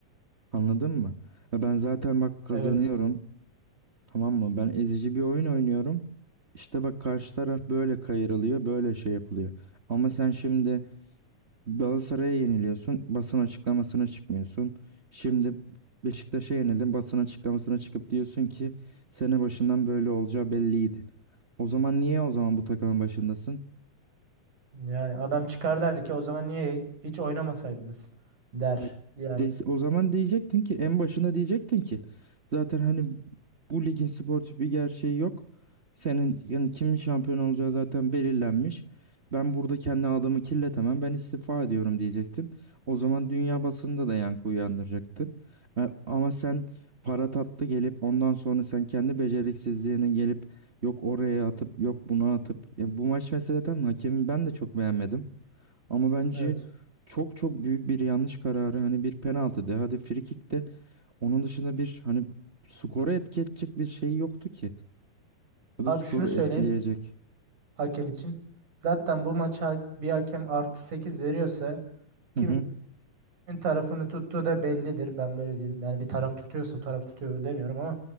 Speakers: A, on the right; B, on the right.
A: Anladın mı? Ya ben zaten bak kazanıyorum.
B: Evet.
A: Tamam mı? Ben ezici bir oyun oynuyorum. İşte bak karşı taraf böyle kayırılıyor, böyle şey yapılıyor. Ama sen şimdi Galatasaray'a yeniliyorsun, basın açıklamasına çıkmıyorsun. Şimdi Beşiktaş'a yenildin, basın açıklamasına çıkıp diyorsun ki sene başından böyle olacağı belliydi. O zaman niye o zaman bu takımın başındasın?
B: Yani adam çıkar der ki o zaman niye hiç oynamasaydınız der.
A: Hayır.
B: Yani
A: De, o zaman diyecektin ki en başına diyecektin ki zaten hani bu ligin sportif bir gerçeği yok. Senin yani kimin şampiyon olacağı zaten belirlenmiş. Ben burada kendi adamı kirletemem. Ben istifa ediyorum diyecektin. O zaman dünya basında da yankı uyandıracaktın. E, Ama sen para tatlı gelip ondan sonra sen kendi beceriksizliğini gelip yok oraya atıp yok buna atıp. Ya bu maç meseleden hakemin ben de çok beğenmedim. Ama bence
B: evet.
A: çok çok büyük bir yanlış kararı hani bir penaltı de hadi free kick de onun dışında bir hani skoru etki edecek bir şey yoktu ki. Ya
B: Abi
A: da skoru
B: şunu söyleyeyim
A: etkileyecek.
B: hakem için. Zaten bu maça ha- bir hakem artı 8 veriyorsa
A: Hı
B: kimin
A: hı.
B: tarafını tuttuğu da bellidir. Ben böyle diyeyim. Yani bir taraf tutuyorsa o taraf tutuyor demiyorum ama